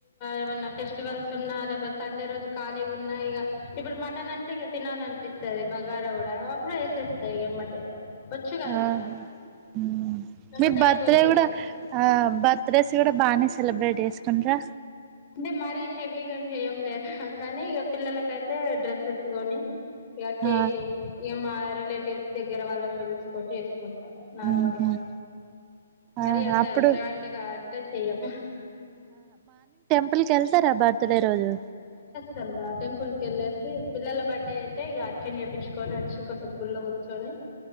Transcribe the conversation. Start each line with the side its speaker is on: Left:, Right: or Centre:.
Left: ఏమన్నా ఫెస్టివల్స్ ఉన్నా లేకపోతే సండే రోజు ఖాళీగా ఉన్నా ఇక ఇప్పుడు మటన్ అంటే ఇక తినాల అనిపిస్తుంది బగారా కూడా ప్పుడే ఎసెస్స్తయి గమ్ వచ్చు కద
Right: ఆహా
Left: ఇక
Right: మ్మ్
Left: నమ్మట
Right: మీరు బర్త్డే
Left: అయిపోద్ది
Right: కూడా ఆ బర్త్డేస్ కూడా బాగానే సెలబ్రేట్ చేసుకుంట్రా
Left: అంటే మరీ హెవీ గ ఏం చేయంలేదా కానీ ఇక పిల్లలకైతే డ్రెస్సెస్ కొని కేకు
Right: ఆ
Left: ఏ మా రిలేటివ్స్ దగ్గర వాళ్ళని మెలుసుకొని ా నార్మల్గా
Right: మ్మ్ హ్మ్
Left: మరి
Right: ఆహా
Left: అంత
Right: అప్పుడు
Left: గ్రాండ్గా అంటే చేయం
Right: అకిళ్తారా బా పత్త పేరు అజదు
Left: చంద్ర టెంపుల్ కి వెళ్ళేసి పిల్లల బర్త్డే అయితే ఇక అర్చన్ చేయిించుకొని వచ్చి సిబ్బుర్లో కూర్చొని